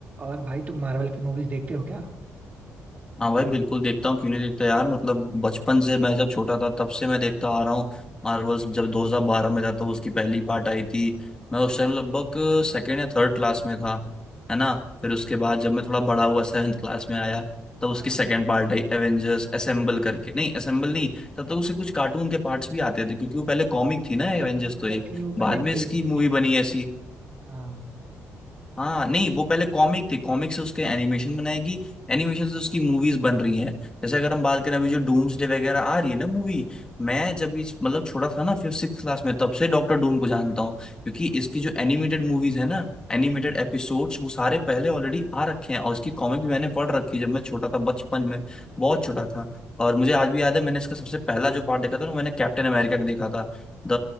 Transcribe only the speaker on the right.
और भाई तुम मार्वल की मूवीज देखते हो क्या
हाँ
एनी एग्जैक्टली
वो
पहले
एनिमेशन
थी
हाँ